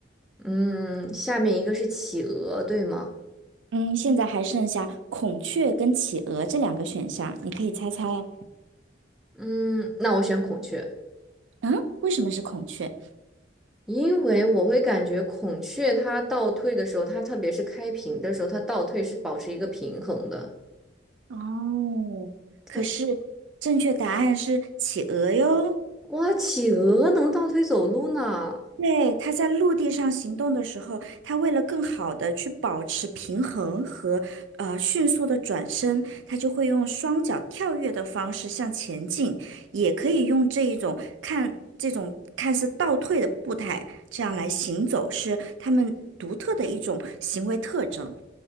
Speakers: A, in the centre; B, on the right.
A: 嗯，下面一个是企鹅，对吗？
B: 嗯，现在还剩下孔雀跟企鹅这两个选项，你可以猜猜啊，
A: 嗯，那我选孔雀，
B: 嗯，为什么是孔雀？
A: 因为我会感觉孔雀它倒退的时候，它特别是开屏的时候，它倒退是保持一个平衡的。
B: 哦，可是正确答案是企鹅哟。
A: 哎哇，企鹅能倒退走路呢？
B: 对，它在陆地上行动的时候，它为了更好的去保持平衡和呃迅速的转身，它就会用双脚跳跃的方式向前进，也可以用这一种看这种看似倒退的步态，这样来行走，是它们独特的一种行为特征，